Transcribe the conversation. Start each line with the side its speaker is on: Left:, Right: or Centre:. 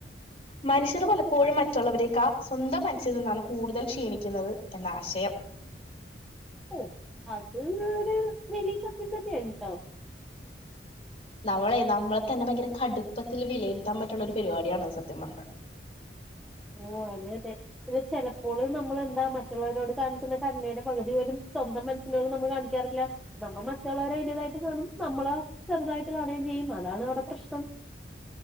Left: മനുഷ്യർ പലപ്പോഴും മറ്റുള്ളവരേക്കാ സ്വന്തം മനസ്സിൽ നിന്നാണ് കൂടുതൽ ക്ഷീണിക്കുന്നത് എന്ന ആശയം
Centre: ഓ അത് ഒര് വലിയ സത്യം തന്നെയാണ് ട്ടോ
Left: നമ്മളെ നമ്മളെ തന്നെ ഭയങ്കര കടുപ്പത്തിൽ വിലയിരുത്താൻ പറ്റ്ണ ഒരു പരിപാടിയാണ് സത്യം പറഞ്ഞാ
Centre: ഓ അതെ അതെ ഇത് ചെലപ്പോൾ നമ്മൾെന്താ മറ്റുള്ളവരോട് കാണിക്കുന്ന കരുണയുടെ പകുതി പോലും സ്വന്തം മനസ്സിനോട് നമ്മൾ കാണിക്കാറില്ല നമ്മൾ മറ്റുള്ളവരെ അയ്ൻൻ്റതായിട്ട് കാണും നമ്മളോ ചെറുതായിട്ട് കാണേം ചെയ്യും അതാണ് അവിടെ പ്രശ്നം